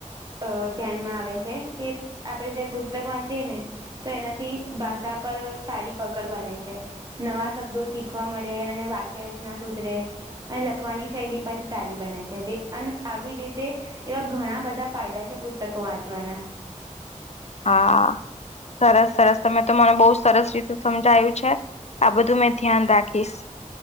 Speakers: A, on the right; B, on the left.
A: અ ધ્યાનમાં આવે છે કે આપણેે જે પુસ્તક વાંચીએ ને તો એનાથી ભાષા પર સારી પકડ બને છે નવા શબ્દો શીખવા મળે અને વાક્ય રચના સુધરે અને લખવાની શૈલી પણ સારી બને છે જે અને આવી રીતે એવા ઘણા બધા ફાયદા છે પુસ્તક વાંચવાના
B: હા સરસ સરસ તમે તો મને બહુ સરસ રીતે સમજાયું છે આ બધું મેં ધ્યાન રાખીશ